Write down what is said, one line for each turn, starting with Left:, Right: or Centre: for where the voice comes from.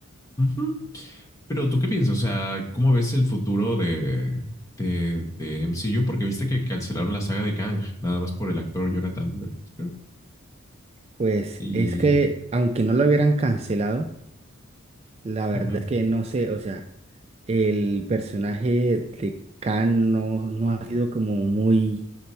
Left: ujú. Pero ¿tú qué piensas? O sea, ¿cómo ves el futuro de, de, de MCU? Porque viste que cancelaron la saga de Kang, nada más por el actor Jonathan, Majors, creo.
Right: Pues
Left: Y
Right: es que aunque no lo hubieran cancelado, la verdad
Left: ujú.
Right: es que no sé, o sea, el personaje de Khan no, no ha sido como muy,